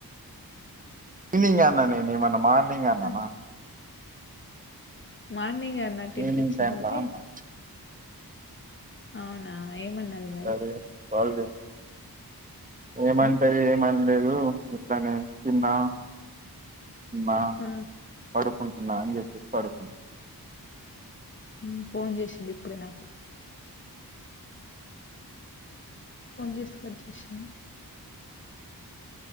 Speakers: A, on the right (about 20°); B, on the left (about 35°).
A: ఈవినింగ్ అన్నా నేను ఏమన్నా మార్నింగ్ అన్నానా
B: ఆ, మార్నింగ్ అన్నట్టు
A: ఈవినింగ్
B: ఇన్పిచ్చింది
A: టైమ్
B: అయితే
A: లా అన్నా
B: అవునా ఏం అన్నది మరి
A: సరే కాల్ చేసి ఏమంటది
B: ఆ
A: ఏం అనలేదు ఇట్లానే తిన్నా తిన్నా
B: ఆ
A: పడుకుంటున్నా అని చెప్పేసి పడుకు
B: ఉమ్ ఫోన్ చేసింది ఇప్పుడే నాకు ఫోన్ చేస్తే కట్ చేసిన